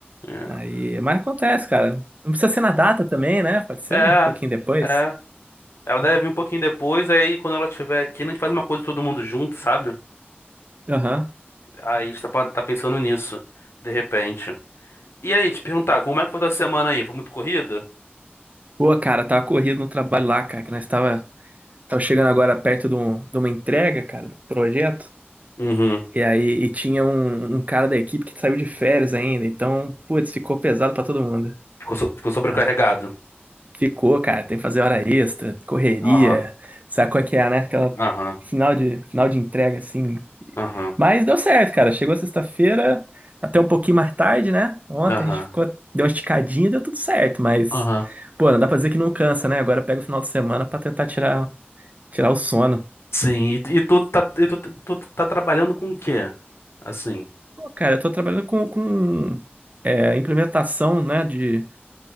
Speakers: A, on the left; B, on the right.
A: É.
B: Aí. Mas acontece, cara. Não precisa ser na data também, né? Pode ser
A: É,
B: um pouquinho depois.
A: é. Ela deve vir um pouquinho depois, aí quando ela estiver aqui, a gente faz uma coisa todo mundo junto, sabe?
B: Aham.
A: Aí você tá tá pensando nisso, de repente. E aí, te perguntar, como é que foi tua semana aí? Foi muito corrida?
B: Pô, cara, tava corrido no trabalho lá, cara, que nós tava Tava chegando agora perto de, um- de uma entrega, cara, de um projeto.
A: Uhum.
B: E aí, e tinha um, um cara da equipe que saiu de férias ainda. Então, putz, ficou pesado pra todo mundo.
A: Ficou, so- ficou sobrecarregado.
B: Ai, ficou, cara. Tem que fazer hora extra, correria.
A: Aham,
B: Sabe qual é que é, né? Aquela
A: aham,
B: final de, final de entrega, assim.
A: aham,
B: Mas deu certo, cara. Chegou sexta-feira, até um pouquinho mais tarde, né? Ontem
A: aham,
B: a gente ficou, deu uma esticadinha, deu tudo certo. Mas,
A: aham.
B: pô, não dá pra dizer que não cansa, né? Agora pega o final de semana pra tentar tirar, tirar o sono.
A: Sim, e, e tu tá, e tu, tu tá trabalhando com o quê? Assim.
B: Pô, Cara, eu tô trabalhando com, com é, implementação, né, de,